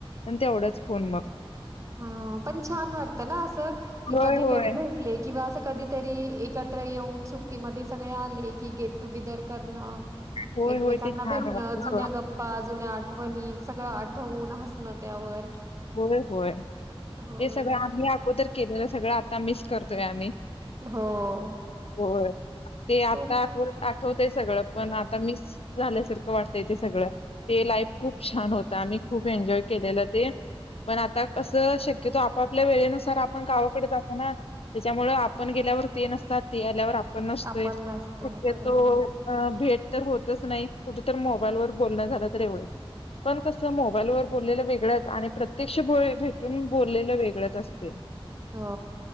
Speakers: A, on the left; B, on the right.
A: प ते एवढंच फोन मग
B: हा पण छान वाटतं ना असं क
A: होय
B: कधीतरी
A: होय.
B: भेटले किंवा असं कधीतरी एकत्र येऊन सुट ी म सगळे आले की गेट टुगेदर करणं
A: होय
B: एकमेकांना
A: होय ते छान
B: भेटणं
A: वाटतं
B: जुन्या गप्पा जुन्या आठ आठवणीत सगळं आठवून हसणं त्यावर
A: होय होय
B: होय.
A: हे सगळं आम्ही अगोदर केलेलं सगळं आता मिस करतोय आम्ही
B: हो.
A: हो ते आता
B: खूप
A: को आठवतय सगळं पण आता मिस झाल्यासारखं वाटतय ते सगळं ते लाईफ खूप छान होत आम्ही खूप एन्जॉय केलेलं ते पण आता असं शक्यतो आपापल्या वेळेनुसार आपण गावाकडे जातो ना त्याच्यामुळ आपण ण गेल्यावर ते नसतात ते आल्यावर आपण नसतोय
B: आपण
A: शक्य
B: असतो. बरोबर
A: तो
B: आहे.
A: भेट तर होतच नाही कुठ तर मोबाईल वर बोलणं झालं तर एवढंच पण कसं मोबाईल वर बोललेलं वेगळंच आणि प्रत्यक्ष भेटून बोललेलं वेगळंच असते
B: हो